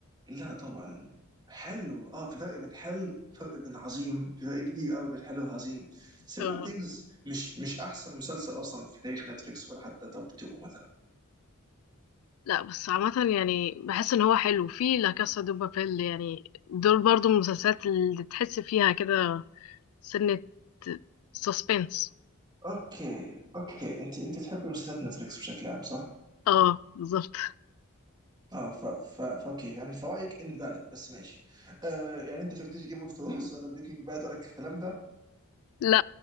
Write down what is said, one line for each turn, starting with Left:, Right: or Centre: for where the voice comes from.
Right: لا طبعا حلو اه في فرق بين حلو فرق بين عظيم في فرق كبير قوي بين حلو وعظيم سيريال
Left: آه.
Right: ثينجز مش مش احسن مسلسل اصلا في تاريخ نتفليكس ولا حتى توب 2 مثلا
Left: لا بس عامة يعني بحس ان هو حلو في لا كاسا دو بابيل يعني دول برضو من المسلسلات اللي تحس فيها كده سنة سسبنس
Right: اوكي اوكي انت انت تحبي مسلسلات نتفليكس بشكل عام صح؟
Left: اه بالظبط
Right: اه ف ف فاوكي يعني فرايك انفاليد بس ماشي آه يعني انت شفتيش جيم اوف ثرونز ولا بريكنج باد ولا الكلام ده
Left: لا